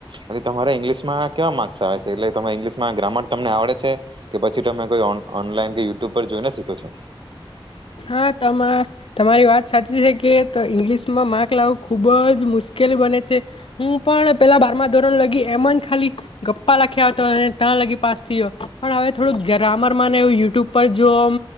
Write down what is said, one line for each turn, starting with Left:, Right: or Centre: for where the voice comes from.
Right: અને તમારા ઇંગ્લિશમાં કેવા માર્ક્સ આવે છે. એટલે તમારે ઇંગ્લિશમાં ગ્રામર તમને આવડે છે, કે પછી તમે કોઈ ઓનલાઈન કે યુટ્યુબ પર જોઈને શીખો છો?
Left: હા તમા તમારી વાત સાચી છે, કે ઈંગ્લિશમાં માર્ક લાવું ખુબ જ મુશ્કેલ બને છે, હું પણ પેલા બારમા ધોરણ લગી એમ જ ખાલી ગપ્પા લખ્યા હતો, અને ત્યાં, લગી પાસ થ ગયો પણ હવે થોડું ગ્રામર ને યુટ્યુબ પર જોમ,